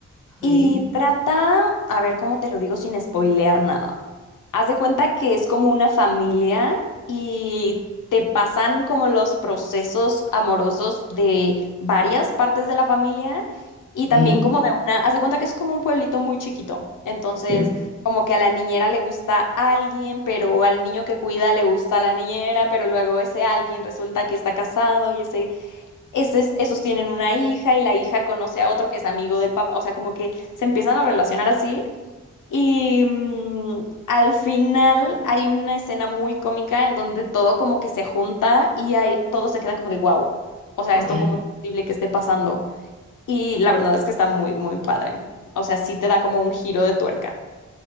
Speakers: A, on the left; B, in the centre.
A: Y
B: Ok,
A: trata, a ver cómo te lo digo sin spoilear nada. Haz de cuenta que es como una familia y te pasan como los procesos amorosos de varias partes de la familia y también
B: ok.
A: como de una, haz de cuenta que es como un pueblito muy chiquito. Entonces,
B: Sí.
A: como que a la niñera le gusta alguien, pero al niño que cuida le gusta a la niñera, pero luego ese alguien resulta que está casado y ese esos, esos tienen una hija y la hija conoce a otro que es amigo del papá, o sea, como que se empiezan a relacionar así. Y mm, al final hay una escena muy cómica en donde todo como que se junta y hay, todos se quedan como de wow, o sea,
B: Ok,
A: esto como es posible que esté pasando. Y la verdad es que está muy, muy padre. O sea, sí te da como un giro de tuerca.